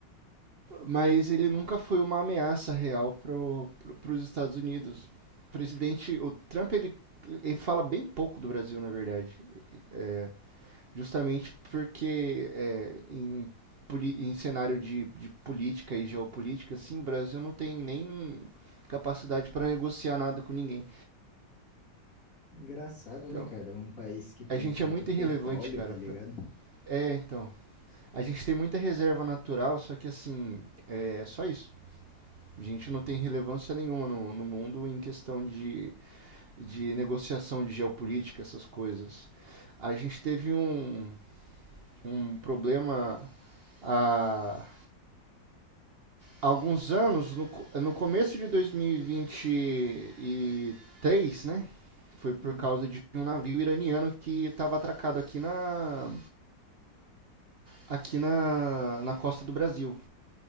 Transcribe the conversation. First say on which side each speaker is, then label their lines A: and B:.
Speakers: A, on the right (about 70°); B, on the left (about 45°).
A: Mas ele nunca foi uma ameaça real para os Estados Unidos. O presidente, o Trump, ele, ele fala bem pouco do Brasil, na verdade. É, justamente porque é, em, em cenário de, de política e geopolítica, assim, o Brasil não tem nem capacidade para negociar nada com ninguém.
B: Engraçado,
A: Então,
B: né, cara? Um país que tem
A: a gente
B: tanto
A: é muito
B: petróleo,
A: irrelevante, cara.
B: tá ligado?
A: É, então. A gente tem muita reserva natural, só que assim, é só isso. A gente não tem relevância nenhuma no, no mundo em questão de, de negociação de geopolítica, essas coisas. A gente teve um, um problema há alguns anos, no, co- no começo de 2023, né? Foi por
B: Hum.
A: causa de um navio iraniano que estava atracado aqui na, aqui na, na costa do Brasil.